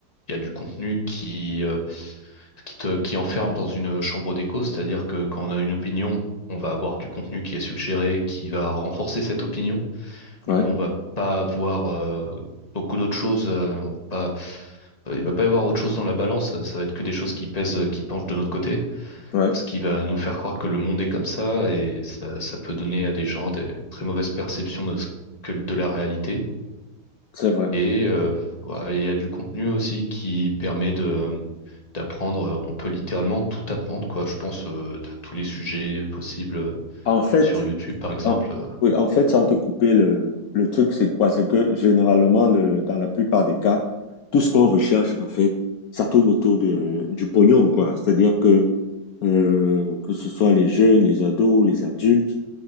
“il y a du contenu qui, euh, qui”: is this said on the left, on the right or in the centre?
Left